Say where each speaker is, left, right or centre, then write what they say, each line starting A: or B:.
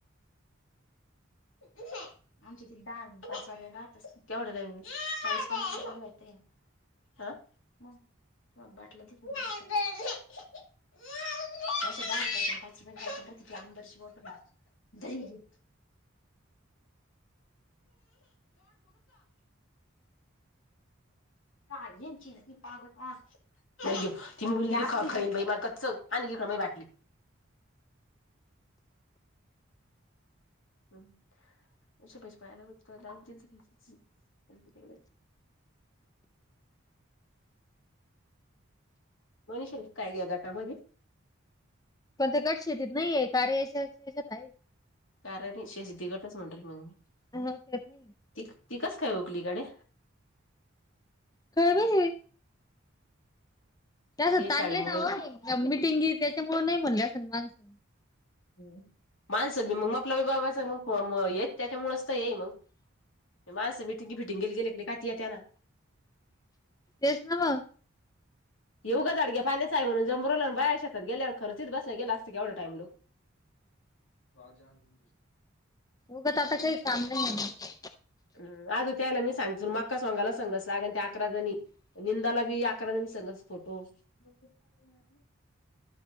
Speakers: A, on the left; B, on the left.
A: <inaudible> हा मग तु <inaudible> <inaudible> कान इंची पागता. नाही ती मुगली खन बाई मालकचं आण इकडे माय बाटली. हम् <unintelligible> म्हणिष हाय काय या गटामध्ये.
B: पण ते गट शेतीत नाही कार्य याशच्यात आहे.
A: कारण शेती गटच म्हणडेल मग मी.
B: <inaudible>
A: ती ती कसं काय ओकली गड्या.
B: काय ग हे. त्या
A: ते
B: ताणले
A: शाळेमुळं
B: ना हो मिटिंगी त्याच्यामुळं नाही म्हणले असंन माणसं.
A: हमं माणसं मी मग <unintelligible> त्याच्यामुळेच तर येई मग. माणसं मीटिंगी फिटंगे गेले का ती येतं ना.
B: तेस नव्ह.
A: येवगं जाडग्या पाण्याच आहे म्हण जमरवला बाय शेतात गेल्यावर खर्च बस गला असत की एवढा टाम लोक. राजाजान.
B: उगच आता काही काम नाही आहे ना.
A: हम आज त्यायला मी सांगते मक्का सोगाला सांगस लागण त्या अकरा जणी. निंदाला बी अकरा जनी सांगस फोटो. <inaudible>